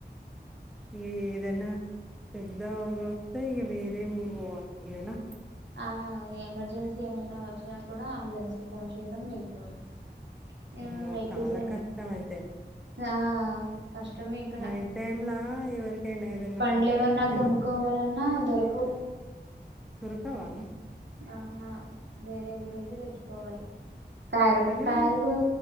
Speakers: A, in the centre; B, on the right (about 90°).
A: ఏదన్నా పెద్ద ఊరు త్తే ఇగ వేరె ఊరు బోవాల్సిందేనా
B: ఆ ఎమర్జెన్సీ ఏమైనా వచ్చినా కూడా అంబులెన్స్ కి ఫోన్ చేయడం వెళ్ళిపోవడం ఏదన్న
A: అమ్మో!
B: వెకిల్స్
A: చాలా
B: ఏం
A: కష్టమయితే.
B: ఆ కష్టమే ఇక్కడ
A: నైట్ టైమ్‌లా ఎవరికైనా ఏదైనా
B: పండ్లు ఏమన్నా
A: హ్మ్.
B: కొనుక్కోవాలన్నా దొరక్ కవ్
A: దొరకవా
B: అహ వేరే ఊరు వెళ్ళి తెచ్చుకోవాలి కారు
A: కానీ
B: కాయలు